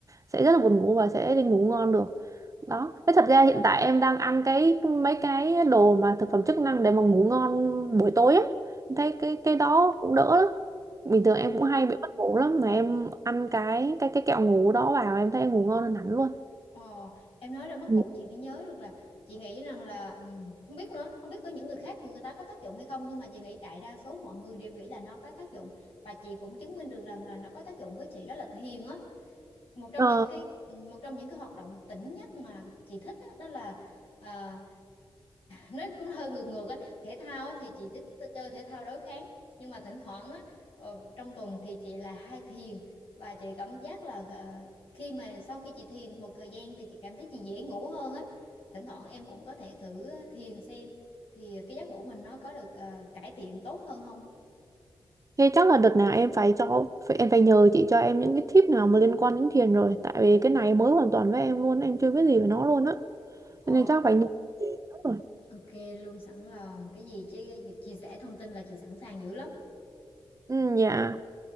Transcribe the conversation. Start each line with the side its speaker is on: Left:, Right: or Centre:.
Right: sẽ rất là buồn ngủ và sẽ đi ngủ ngon được đó thế thật ra hiện tại em đang ăn cái mấy cái đồ mà thực phẩm chức năng để mà ngủ ngon buổi tối á Em thấy cái cái đó cũng đỡ lắm bình thường em cũng hay bị mất ngủ lắm mà em ăn cái cái cái kẹo ngủ đó vào em thấy em ngủ ngon hơn hẳn luôn
Left: Ờ, em nói ra mất
Right: Ừ.
Left: ngủ chị mới nhớ được là chị nghĩ rằng là ừm, không biết nữa không biết có những người khác người ta có tác dụng hay không nhưng mà chị nghĩ đại đa số mọi người đều nghĩ là nó có tác dụng và chị cũng chứng minh được rằng là nó có tác dụng với chị đó là thiền á một trong
Right: Ờ,
Left: những cái một trong những cái hoạt động tỉnh nhất mà chị thích á, đó, là à, nó cũng hơi ngược ngược á thể thao á, thì chị thích t- chơi thể thao đối kháng nhưng mà thỉnh thoảng á, ờ, trong tuần thì chị là hay thiền và chị cảm giác là ờ, khi mà sau khi chị thiền một thời gian thì chị cảm thấy chị dễ ngủ hơn á thỉnh thoảng em cũng có thể thử thiền xem thì cái giấc ngủ mình nó có được ờ, cải thiện tốt hơn không
Right: Thế chắc là đợt nào em phải cho phải, em phải nhờ chị cho em những cái tip nào mà liên quan đến thiền rồi tại vì cái này mới hoàn toàn với em luôn em chưa biết gì về nó luôn á
Left: Ờ,
Right: Cho nên chắc phải nhờ rồi
Left: ok luôn sẵn lòng cái gì chứ việc chia sẻ thông tin là chị sẵn sàng dữ lắm
Right: ừ, dạ